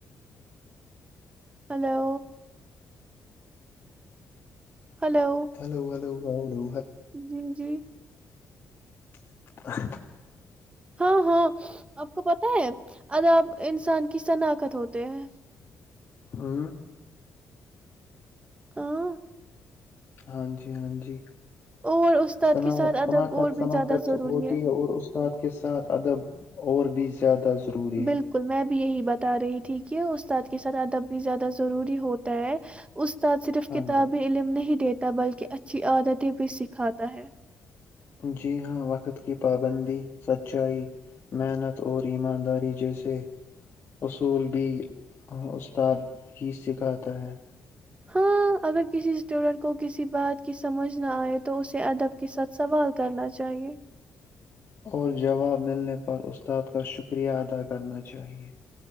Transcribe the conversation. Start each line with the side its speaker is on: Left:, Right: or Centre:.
Right: hello hello
Left: hello hello ا دو
Right: جی جی
Left: <unintelligible>
Right: ہاں ہاں آپ کو پتا ہے اگر آپ انسان کی شناخت ہوتے ہیں
Left: ہوں
Right: ہاں
Left: ہاں جی ہاں جی
Right: اور استاد
Left: شناخت
Right: کے ساتھ ادب اور بھی
Left: شناخت
Right: زیادہ ضروری
Left: ہوتی ہے اور استاد کے ساتھ ادب اور بھی زیادہ ضروری
Right: بالکل
Left: ہے
Right: میں بھی یہی بتا رہی تھی کہ استاد کے ساتھ ادب بھی زیادہ ضروری ہوتا ہے اسستاد صرف
Left: ہاں
Right: کتابی
Left: جی
Right: علم نہیں دیتے بلکہ اچھی عادتیں بھی سکھاتا ہے
Left: جی ہاں وقت کی پابندی سچائی محنت اور ایمانداری جیسے اصول بھی استاد ہی سکھاتا ہے
Right: ہاں اگر کسی اسٹوڈینٹ کو کسی بات کی سمجھ نہ آئے تو اسے ادب کے ساتھ سوال کرنا چاہیے
Left: اور جواب ملنے پر استاد کا شکریہ ادا کرنا چاہیئے